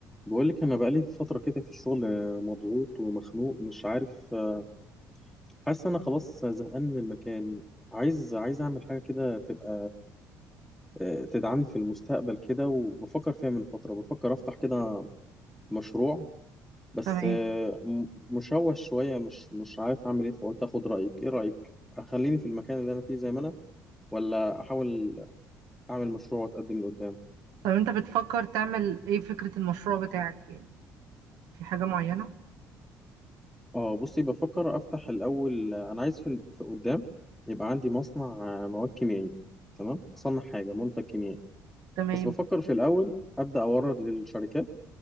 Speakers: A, in the centre; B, on the right.
A: بقول لك انا بقالي فتره كده في الشغل آه، مضغوط ومخنوق مش عارف آه، حاسس انا خلاص زهقان من المكان عايز عايز اعمل حاجه كده تبقى آه، تدعمني في المستقبل كده وبفكر فيها من فتره بفكر افتح كده مشروع بس
B: تمام
A: آه، م- مشوش شويه مش مش عارف اعمل ايه فقلت اخد رايك ايه رايك اخليني في المكان اللي انا فيه زي ما انا ولا احاول اعمل مشروع واتقدم لقدام
B: طب انت بتفكر تعمل ايه فكرة المشروع بتاعك يعني في حاجة معينة
A: اه بصي بفكر افتح الاول انا عايز في في قدام يبقى عندي مصنع آه، مواد كيميائيه تمام اصنع حاجه منتج كيميائي
B: تمام
A: بس بفكر في الاول ابدا اورد للشركات